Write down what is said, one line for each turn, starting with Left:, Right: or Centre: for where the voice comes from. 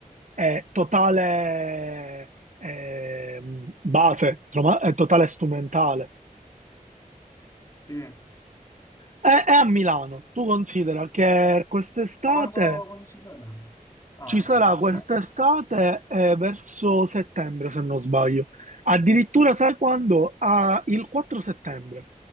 Right: è totale eh, base, troma- è totale strumentale.
Left: Sì. Ma
Right: È, è a Milano, tu considera che quest'estate...
Left: quando, quando ci sarà? Ah,
Right: Ci sarà
Left: ecco, questo
Right: quest'estate
Left: sta
Right: eh, verso settembre, se non sbaglio. Addirittura, sai quando? Ah, il 4 settembre.